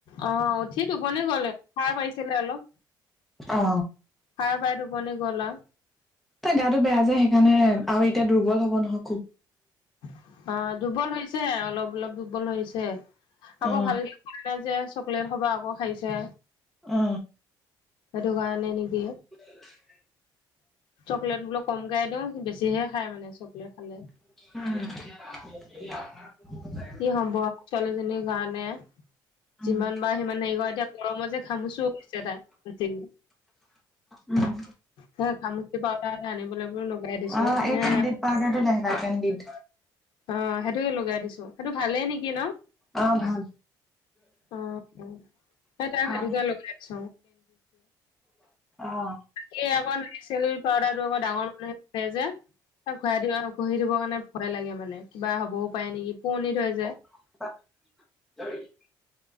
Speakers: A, on the left (about 80°); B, in the centre.
A: অঁহ উঠি টোপনি গলে সাৰ পাইছিলে অলপ।
B: অ
A: সাৰ পাই টোপনি গ'ল আৰু।
B: তই গাটো বেয়া যে সেইকাৰণে আৰু এতিয়া দুৰ্বল হ'ব নহয় খুব।
A: অ', দুৰ্বল হৈছে অলপ অলপ দুৰ্বল হৈছে। আকৌ
B: অ
A: ভাল <unintelligible> যে চকলেট সবাহ আকৌ খাইছে।
B: অ
A: সেইটো কাৰণে নিগে
B: <inaudible>
A: চকলেট বোল কম গাই দিওঁ বেছিহে খাই মানে চকলেট খালে।
B: উম <unintelligible>
A: ই সম্ভৱ, ছোৱালীজনীৰ কাৰণে
B: উম
A: যিমানবাৰ সিমান হেৰি কৰা এতিয়া গৰমত যে ঘামুচো হৈছে তাই <unintelligible>
B: উম
A: হে ঘামোচি পাউডাৰ এটা আনিব লাগিব। বোৰ লগাই দিছো
B: অ
A: হে,
B: এই কেণ্ডিড পাউদাৰটো লাগিবা কেণ্ডিড
A: অ' সেইটোকে লগাই দিছো। সেইটো ভালেই নেকি ন'?
B: অ ভাল
A: অ, অ, অ তাক
B: ভাল
A: সেইটোকে লগাইছ
B: অ
A: <unintelligible> আকৌ <unintelligible> পাউডাৰটো আকৌ ডাঙৰ মানুহে <unintelligible> যে। এ ঘূৰাই দিব ঘহি দিবৰ কাৰণে ভয় লাগে মানে কিবা হবও পাৰে নেকি পুৰণি থৈ
B: <unintelligible>